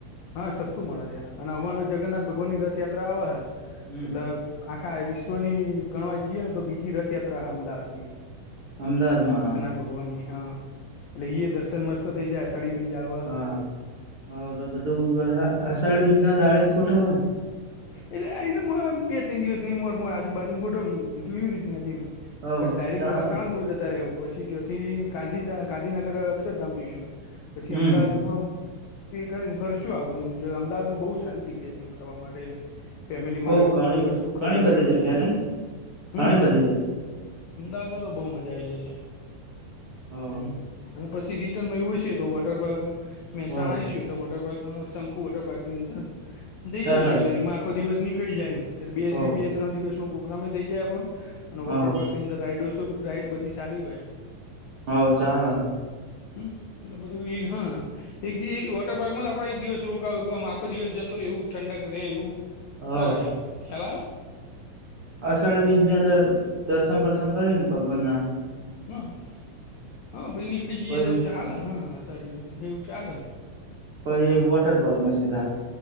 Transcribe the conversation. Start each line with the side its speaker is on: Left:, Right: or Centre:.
Left: હા સસ્તું મળે ત્યાં અને હમણાં જગન્નાથ ભગવાનની રથયાત્રા આવે હે
Right: હમ
Left: એટલે આખા વિશ્વની ગણવા જઈએ ને તો બીજી રથયાત્રા અમદાવાદની
Right: અમદાવાદમાં
Left: ભગવાનની હા એટલે ઈ એ દર્શન મસ્ત થઈ જશે ચડી બી જાવા
Right: હા હ તો બધું અસાળી બીજ ના દાળે જ ગોઠાવાય
Left: એટલે આને બે ત્રણ દિવસની મોર મોર આજુ બાજુું ગોઠવ છું ગીધું એવી રીતના જેમ
Right: હ
Left: ડાયરેક્ટ
Right: ચાલે
Left: પેલા સાણંગપુર જતા રહેવું પછી થી ગાંધી ગાંધીનગર અક્ષરધામ જોઈશું પછી
Right: હમ
Left: અમદાવાદ એ કરીને ફરશું આવું બધું અમદાવાદમાં બોવ સારી જગ્યા છે, એ ફરવા માટે ફેમિલી
Right: બઉ
Left: માટે બધું
Right: ઘણી
Left: કોઈ વસ્તુ ખરીદવી
Right: ઘણી બધી
Left: હોય
Right: જગ્યા
Left: તો
Right: નઈ
Left: હમ
Right: ઘણી બધી
Left: અમદાવાદમાં તો બોવ મજા આવી જશે
Right: જગ્યા
Left: હમ અને પછી રિટર્નમાં એવું હશે તો વોટર પાર્ક મહેસાણા
Right: હ હ
Left: આવીશું એટલે વોટર પાર્કમાં શંકુ વોટર પાર્કની અંદર જઈ
Right: સાત
Left: જઈશું
Right: આવશે
Left: એટલે એમાં આખો દિવસ નીકળી જાય એટલે
Right: હો
Left: બે બે ત્રણ દિવસનો પ્રોગ્રામ થઈ જાય આપડો અને
Right: હવ
Left: વોટર પાર્કની અંદર રાઈડ શું રાઈડ બધી સારી હોય એમ
Right: હવ ચાલ
Left: હ એટલે બધું એ હ એક વોટર પાર્કમાં આપડો એક દિવસ રોકાવ આખો દિવસ જ તો રેવું ઠંડક રે એવું
Right: હવ
Left: કરાય એમ ખ્યાલ આયો
Right: અષાઢ
Left: હમ
Right: બીજની અંદર દર્શન બર્શન કરે ને ભગવાનના
Left: હા હા પછી નીકળી જઈએ
Right: પહી
Left: તો ચાલે હા સોરી એવું ચાલેને
Right: પહી વોટર પાર્કમાં સીધા